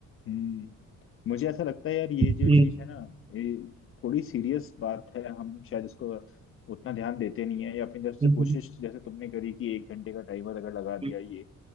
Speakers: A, on the left; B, on the right.
A: हम्म। मुझे ऐसा लगता है यार ये
B: हम्म
A: जो चीज है ना ये थोड़ी सीरियस बात है हम शायद इसको उतना ध्यान देते नहीं है या अपनी तरफ से
B: हम्म,
A: कोशिश
B: हम्म,
A: जैसे तुमने करी कि एक घंटे का टाइमर अगर लगा दिया
B: हम्म।
A: ये